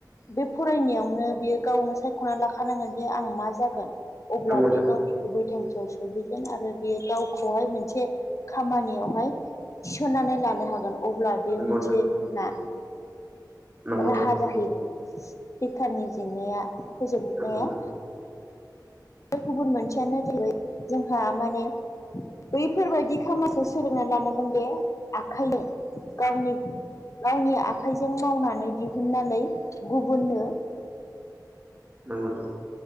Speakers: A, on the left (about 45°); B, on the right (about 20°).
A: बे फरायनायावनो बियो गावनो सायख'ना लाखानांगोनदि आं मा जागोन अब्ला
B: नोंथां
A: बेयो गावनि गुबै थांखियाव सहैगोन आरो बेयो गावखौहाय मोनसे खामानियावहाय थिसननानै लानो हागोन अब्ला बेयो
B: नंगौ
A: मोनसे जोंना
B: नोंथां
A: राहा जाहैदों बेखारनि जेंनाया फोजोबनाया
B: नंगौ
A: बे गुबुन मोनसेयानो जेरै जोंहा माने बैफोरबायदि खामानिखौ सोलोंना लानांगोन दे आखायाव गावनि गावनि आखाइजों मावनानै दिहुननानै गुबुननो
B: नंगौ दां